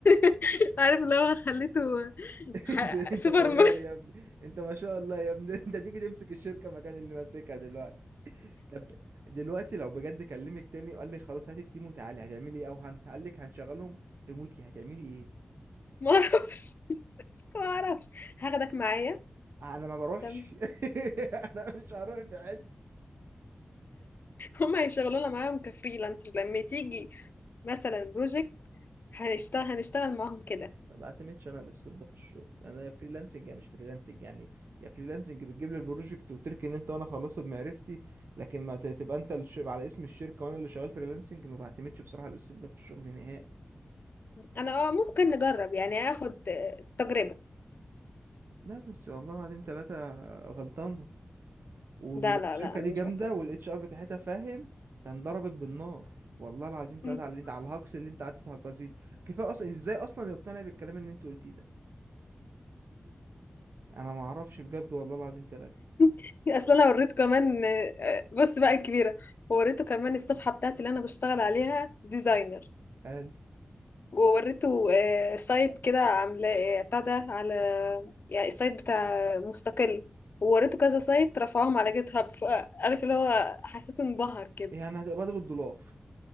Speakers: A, on the left; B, on the right.
A: <laughs> عارف اللي هو خليته
B: <laughs>
A: ح-
B: انت انت
A: سوبر
B: طيار
A: ما <laughs>
B: يا ابني انت ما شاء الله يا ابني <laughs> انت تيجي تمسك الشركة مكان اللي ماسكها دلوقتي طب دلوقتي لو بجد كلمك تاني وقال لي خلاص هات التيم وتعالي هتعملي ايه او هن... قال لك هنشغلهم ريموتلي هتعملي ايه
A: ما اعرفش ما اعرفش هاخدك معايا
B: انا ما بروحش
A: تمام
B: <laughs> انا مش هروح في حته
A: هم هيشغلونا معاهم كفريلانسر لما تيجي مثلا بروجكت هنشتغل هنشتغل معاهم كده
B: ما بعتمدش انا على الاسلوب ده في الشغل انا يا فريلانسنج يا مش فريلانسنج يعني يا فريلانسنج بتجيب لي البروجكت وتركن انت وانا خلصت بمعرفتي لكن ما ت- تبقى انت الش... على اسم الشركه وانا اللي شغال فريلانسنج ما بعتمدش بصراحه على الاسلوب ده في الشغل نهائي
A: انا اه ممكن نجرب يعني اخد آه، تجربة
B: لا بس والله العظيم ثلاثة غلطان ولو
A: لا
B: الشركة
A: لا لا انا
B: دي
A: مش
B: جامدة
A: غلطة
B: والاتش ار بتاعتها فاهم كان ضربك بالنار والله العظيم
A: مم.
B: ثلاثة على اللي انت على الهجص اللي انت قعدت تهجصيه ده. كفاية اصلا ازاي اصلا يقتنع بالكلام اللي انت قلتيه ده انا ما اعرفش بجد والله العظيم ثلاثة
A: <laughs> اصل انا وريته كمان آه، بص بقى الكبيرة وريته كمان الصفحة بتاعتي اللي انا بشتغل عليها ديزاينر
B: هل
A: ووريته آه، سايت كده عاملاه آه، بتاع ده على يعني السايت بتاع مستقل ووريته كذا سايت رفعهم على جيت هاب فعارف اللي هو حسيته انبهر كده
B: يعني هتقبض بالدولار